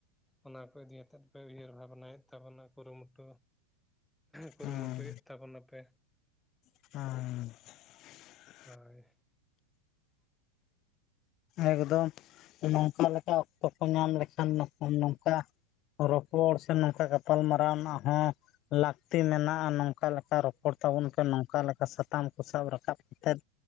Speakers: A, in the centre; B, on the left.
A: ᱚᱱᱟ ᱠᱚ ᱤᱫᱤ ᱟᱛᱮᱫ ᱯᱮ ᱩᱭᱦᱟᱹᱨ ᱵᱷᱟᱵᱚᱱᱟ ᱭᱮᱫ ᱛᱟᱵᱚᱱᱟ ᱠᱩᱨᱩᱢᱩᱴᱩ᱾ ᱠᱩᱨᱩᱢᱩᱴᱩᱭᱮᱫ
B: ᱦᱮᱸ
A: ᱛᱟᱵᱚᱱᱟ ᱯᱮ
B: ᱟ
A: ᱦᱳᱭ
B: ᱮᱠᱫᱚᱢ ᱱᱚᱝᱠᱟ ᱞᱮᱠᱟ ᱚᱠᱛᱚ ᱠᱚ ᱧᱟᱢ ᱞᱮᱠᱷᱟᱱ ᱱᱚᱝᱠᱟ ᱨᱚᱯᱚᱲ ᱥᱮ ᱱᱚᱝᱠᱟ ᱜᱟᱯᱟᱞ ᱢᱟᱨᱟᱣ ᱦᱚᱸ ᱞᱟᱹᱠᱛᱤ ᱢᱮᱱᱟᱜᱼᱟ ᱱᱚᱝᱠᱟ ᱞᱮᱠᱟ ᱨᱚᱯᱚᱲ ᱛᱟᱵᱚᱱ ᱯᱮ ᱱᱚᱝᱠᱟ ᱞᱮᱠᱟ ᱥᱟᱛᱟᱢ ᱠᱚ ᱥᱟᱵ ᱨᱟᱠᱟᱵ ᱛᱮᱫ